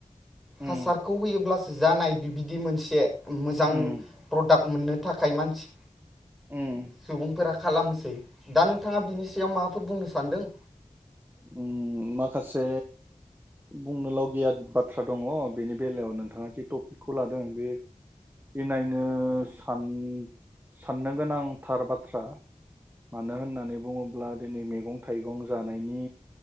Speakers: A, in the centre; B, on the right.
A: हासारखौ
B: उम
A: होयोब्ला जानाय बिबायदि मोनसे मोजां
B: उम
A: प्रडाक्ट मोननो थाखाय मानसि
B: उम
A: सुबुंफोरा खालामनोसै दा नोंथाङा बिनि सायाव माबाफोर बुंनो सानदों
B: उम माखासे बुंनोल गिया बाथ्रा दङ बेनि बेलायाव नोंथाङा जि टपिकखौ लादों बे इनायनो सान साननो गोनांथार बाथ्रा मानो होननानै बुङोब्ला दिनै मैगं थाइगं जानायनि